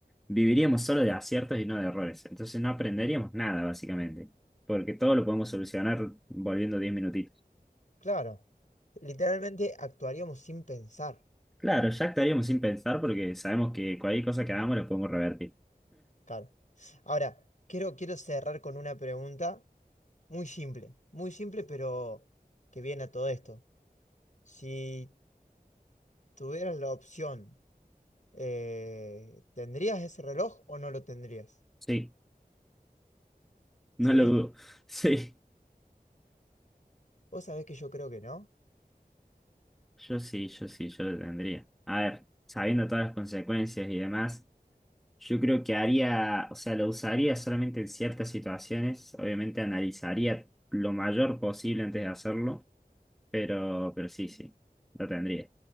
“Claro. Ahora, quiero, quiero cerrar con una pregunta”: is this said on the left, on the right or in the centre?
Left